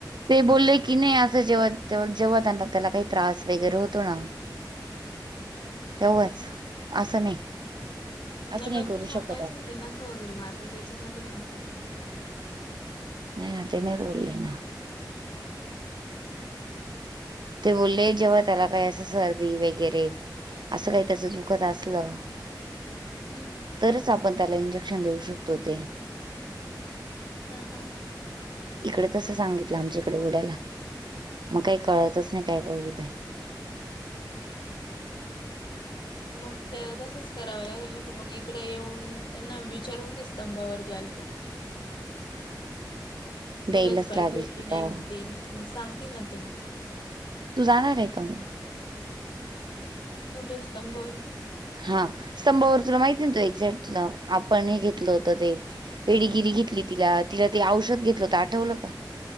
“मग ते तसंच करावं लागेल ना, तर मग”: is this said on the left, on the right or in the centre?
Left